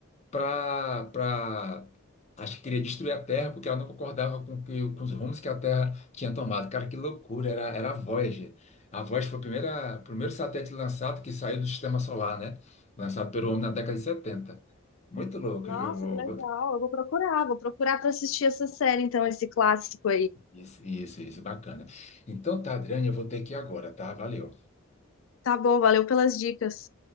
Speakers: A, on the left (about 35°); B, on the left (about 75°).
A: para, para, acho que queria destruir a Terra, porque ela não concordava com, que, com os rumos que a Terra tinha tomado. Cara, que loucura, era, era a Voyager. A Voyager foi o primeira, primeiro satélite lançado que saiu do sistema solar, né? Lançado pelo homem na década de setenta Muito louco,
B: Nossa,
A: viu?
B: que legal. Eu vou procurar, vou procurar pra assistir essa série, então, esse clássico aí.
A: Isso, isso, isso, bacana. Então tá, Adriane, eu vou ter que ir agora, tá? Valeu.
B: Tá bom, valeu pelas dicas.